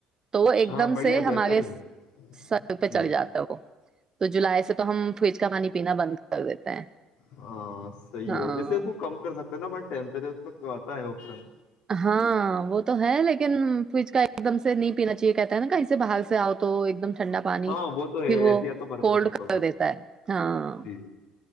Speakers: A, on the right; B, on the left.
A: تو وہ ایک
B: ہاں
A: دم
B: بڑھیا
A: سے ہمارے
B: بہترین ہے
A: سر پہ
B: جی
A: چڑ جاتا ہے وہ تو جولائی سے تو ہم فریج کا پانی پینا بند کر دیتا ہیں
B: ہاں صحیح
A: ہاں
B: ہے ویسے اس کو کم کر سکتے ہیں نا بن ٹیمپریچر اس میں آتا ہے سی
A: ہاں وہ تو ہے لیکن فچ کا ایک دم سے نی پینا چاہیے کہتا ہے نا کہیں سے باہر سے آؤ تو ایک دم ٹھنڈا پانی
B: ہاں وہ تو ہے
A: پھر
B: احتیاط تو برتنا
A: کولڈ
B: پڑتا
A: کر
B: تھوڑا
A: دیتا ہے ہاں
B: جی